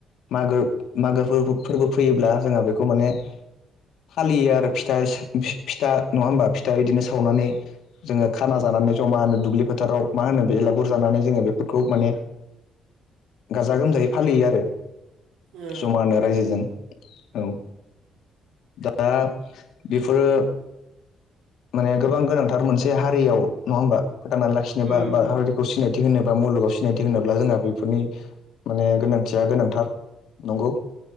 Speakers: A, on the left; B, on the right.
A: मागो मागो फोरबो फैयोब्ला जोंहा बेखौ माने फालियो आरो फि फिथा नङा होमबा फिथा बिदिनो सावनानै जोङो खाना जानानै जमा होनो दुब्लि फोथाराव मा होनो बेलागुर जानानै जोङो बेफोरखौ माने गाजा गोमजायै फालियो आरो
B: ओ
A: जमानो रायजोजों औ दा बेफोरो माने गोबां गोनांथार मोनसे हारियाव नङा होमबा फोथांनानै लाखिनोबा
B: उम
A: बा
B: उम
A: हारि खौ सिनायथि होनो बा मुलुगाव सिनायथि होनोब्ला जोंहा बेफोरनि माने गोनांथिया गोनांथार नंगौ